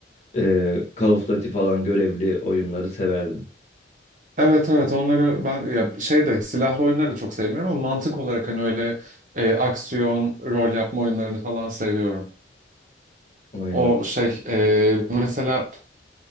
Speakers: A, on the left (about 40°); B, on the right (about 45°).
A: E, Call of Duty falan görevli oyunları severdim.
B: Evet evet onları ben ya şey de silahlı oyunları da çok sevmiyorum ama mantık olarak hani öyle e, aksiyon, rol yapma oyunlarını falan seviyorum.
A: Aynen.
B: O şey e, mesela